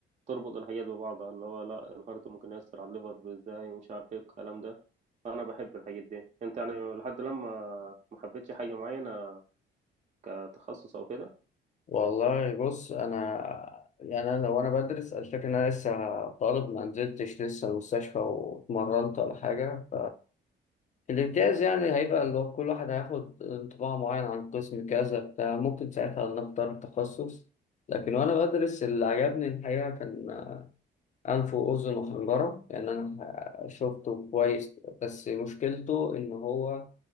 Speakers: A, on the right; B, on the left.
A: تربط الحاجات ببعضها اللي هو لا الهارت ممكن يأثر على الليفر ازاي ومش عارف ايه الكلام ده انا بحب الحاجات دي انت يعني لحد لما ما حبيتش حاجة معينة كتخصص او كده
B: والله بص أنا يعني أنا لو أنا بدرس الفكرة إن أنا لسه طالب ما نزلتش لسه المستشفى واتمرنت ولا حاجة فالامتياز يعني هيبقى اللي هو كل واحد هياخد انطباع معين عن قسم كذا بتاع ممكن ساعتها نختار تخصص لكن وأنا بدرس اللي عجبني الحقيقة كان أنف وأذن وحنجرة لأن أنا شفته كويس بس مشكلته إن هو